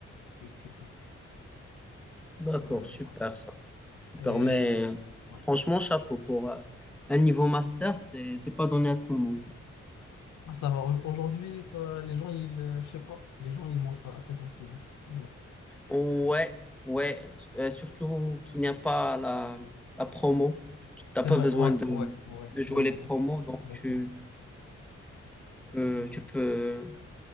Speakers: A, on the left; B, in the centre.
A: ouais, juste quelques
B: D'accord,
A: Euh,
B: super
A: ouais.
B: ça. Super,
A: Et
B: mais
A: ouais.
B: franchement, chapeau pour euh, un niveau master, c'est c'est pas donné à tout le monde.
A: Ah, ça va. Au- Aujourd'hui, ça, les gens, ils, euh, je sais pas, les gens, ils montrent assez facilement. Mais bon.
B: Ouais, ouais, s- euh, surtout qu'il n'y a pas la, la promo. Tu n'as
A: C'est
B: pas
A: vrai,
B: besoin
A: ouais,
B: de,
A: ouais, ouais,
B: de jouer
A: ouais,
B: les
A: easy.
B: promos, donc
A: Exactement.
B: tu peux, tu peux